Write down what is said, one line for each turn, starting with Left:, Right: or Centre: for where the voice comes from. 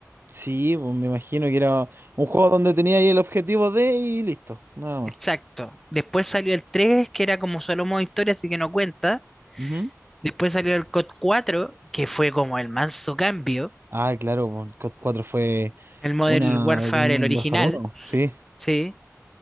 Right: Sí, pues me imagino que era un juego donde tenía ahí el objetivo de y listo, nada más.
Centre: Exacto. Después salió el tres que era como solo modo historia, así que no cuenta.
Right: Ujú.
Centre: Después salió el COD cuatro que fue como el manso cambio.
Right: Ah, claro, pues, el COD 4 fue
Centre: El Modern
Right: una
Centre: Warfare,
Right: del Modern
Centre: el original,
Right: Warfare uno, sí.
Centre: ¿sí?